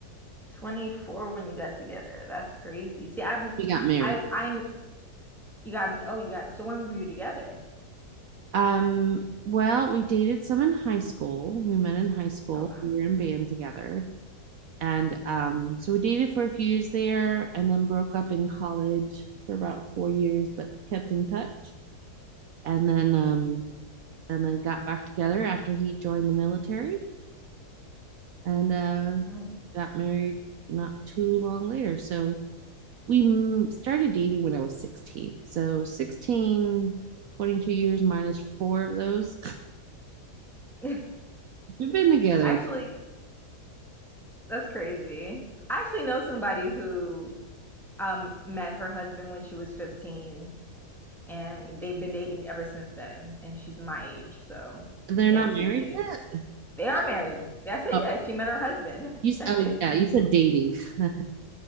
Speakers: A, in the centre; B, on the right (about 65°).
A: 24 when you got together. That's crazy. See, I'm,
B: We got married.
A: I, I, you got, oh, you got, so when were you together?
B: Um, well, we dated some in high school. We met in high school.
A: Oh, wow.
B: We were in band together. and um, so we dated for a few years there and then broke up in college for about four years but kept in touch and then um, and then got back together after he joined the military and uh,
A: Oh,
B: got married not too long later so we started dating when i was 16 so 16, 22 years minus four of those
A: wow.
B: we've been together
A: <laughs> Actually, that's crazy. I actually know somebody who um met her husband when she was 15 and they've been dating ever since then. And she's my age, so
B: <laughs> they're
A: they
B: not
A: have
B: married
A: two kids.
B: yet
A: They are married. I said,
B: oh,
A: yeah, she met her husband.
B: you,
A: <laughs> I
B: oh
A: said,
B: yeah you said dating <laughs>